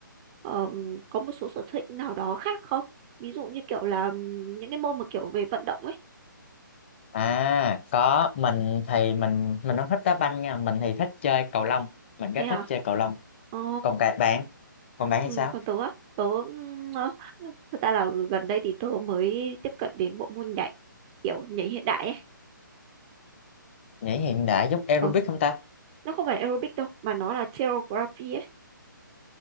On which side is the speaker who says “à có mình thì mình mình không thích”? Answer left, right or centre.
Left